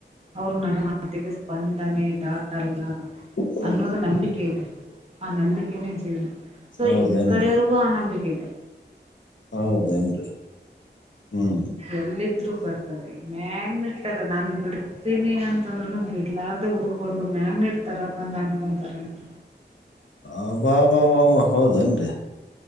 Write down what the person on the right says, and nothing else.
ಅವ್ರು ನನ್ ಮಾತಿಗೆ ಸ್ಪಂದನೆ ದಾ ಟಲ್ಲ
ಅನ್ನೋದು ನಂಬಿಕೆ ಇದೆ ಆ ನಂಬಿಕೆನೇ ಜೀವ್ನ. ಸೊ
ಈ ಕಡೆಯವ್ರಗೂ ಆ ನಂಬಿಕೆ ಇದೆ.
ಎಲ್ಲಿದ್ರು ಬರ್ತಾರೆ ಮ್ಯಾಗ್ನೆಟ್ ತರ ನಾನ್ ಬಿಡ್ತೀನಿ ಅಂ ತಂದ್ರನು ಬಿಡ್ಲಾರ್ದು ಹುಡ್ಕೊಂಡು ಮ್ಯಾಂಗ ಇಡ್ತಾರ ಬಂದ ಅಂಟ್ಕೊಂತಾರಂತ.